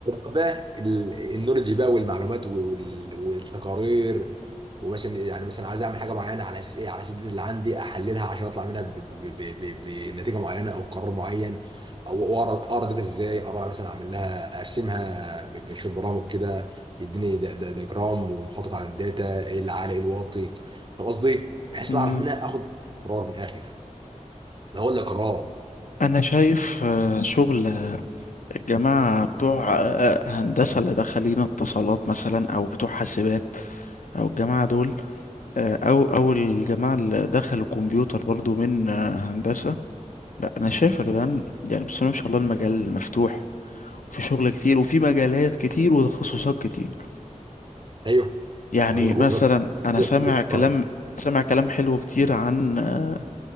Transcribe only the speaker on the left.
اه
انا شايف آه، شغل الجماعه بتوع آه، آه، هندسه اللي دخلين اتصالات مثلا او بتوع حاسبات او الجماعه دول آه، او او الجماعه اللي دخلوا كمبيوتر برضو من آه، هندسه لا انا شايف يا جدعان يعني بسم الله ما شاء الله المجال مفتوح وفي شغل كتير وفي مجالات كتير وتخصصات كتير
يعني
مثلا
انا
سامع
كلام
سامع كلام حلو كتير عن آه،